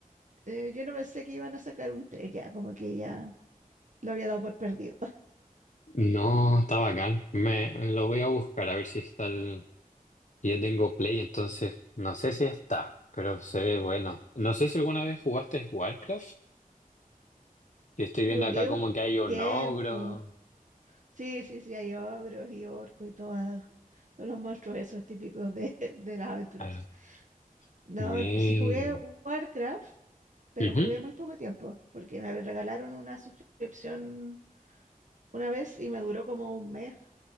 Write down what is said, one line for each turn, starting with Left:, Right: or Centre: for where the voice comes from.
Right: eh, yo no pensé que iban a sacar un 3 ya, como que ya lo había dado por perdido.
Left: No, está bacán. Me, lo voy a buscar a ver si está el... Yo tengo Play, entonces no sé si está, pero se ve bueno. No sé si alguna vez jugaste Warcraft. Yo estoy viendo
Right: Jugué
Left: acá como
Right: un
Left: que hay un
Right: tiempo.
Left: ogro.
Right: Sí, sí, sí, hay ogros y orcos y todas, todos los monstruos esos típicos de, <laughs> de las aventuras.
Left: A ver,
Right: No,
Left: muy
Right: sí jugué
Left: bien.
Right: Warcraft, pero
Left: Ujú.
Right: jugué muy poco tiempo, porque me regalaron una suscripción una vez y me duró como un mes,